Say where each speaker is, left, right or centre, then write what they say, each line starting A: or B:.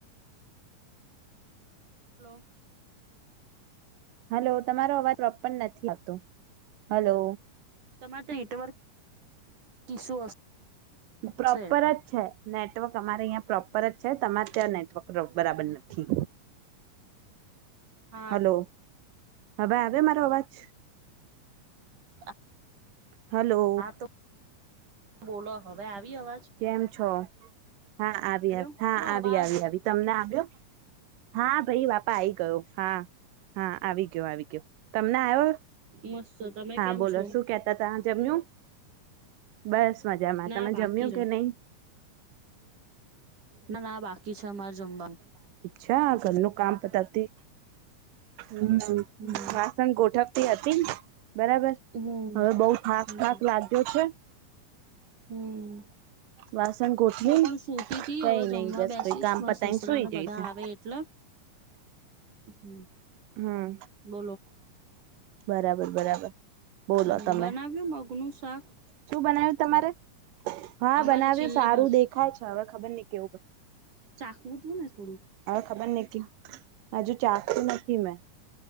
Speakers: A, on the right; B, on the right.
A: હલો
B: હલો તમારો અવાજ પ્રો નથી લતો હલો
A: તમારે નેટવર્ક ઇસ્યુ હશે
B: પ્રોપર જ છે નેટવર્ક અમારે અહીં પ્રોપર જ છે તમારે ત્યાં નેટવર્ક બરાબર નથી
A: હથ
B: હલો હવે આવે મારો અવાજ
A: હા
B: હલો
A: તો બોલો હવે એવી આવ
B: કેમ છો હા આવી
A: આવ્યો મારો
B: હા આવી
A: અવાજ
B: આવી આવી તમને આવ્યો હા ભાઈ બાપા આ આવી ગયો હા હા આવી ગયો આવી ગયો તમને આવ્યો
A: મસ્ત તમે
B: હા
A: કેમ
B: બોલો
A: છો
B: શું કેતા ત જમ્યું બસ મજામાં
A: ના
B: તમે
A: બાકી
B: જમ્યું
A: છે.
B: કે નહી
A: ના ના બાકી છે અમારે જમવા
B: છેા ઘરનું કામ પતાવતી હમ
A: હમ
B: વાસન ગોઠક હતી બરાબર
A: હમ
B: હવે બઉુ થાક
A: હમ
B: થાક લાગ્યો છે
A: હમ
B: વાસણ ગોઠવી
A: હું પણ સુતી તથી
B: કઈ
A: હવે જમવા
B: નઈ બસ
A: બેસીશ
B: પહી કામ પતાઈને
A: સસરા
B: સુઈ
A: ને બધા
B: જઈશું
A: આવે એટલે હમ
B: હમ
A: બોલો
B: બરાબર બરાબર બોલો
A: હમ
B: તમે
A: બનાવ્યું મગનુંું શાક
B: શું બનાવ્યું તમારે હા
A: અમારે
B: બનાવ્યું
A: ચીલની
B: સારું
A: બાજુ
B: દેખાય છે હવે ખબર ન કેવુંર
A: ચાખવું તું ને થોડીુંક
B: ખબર નઈ હજુ ચાખતું નથી મેં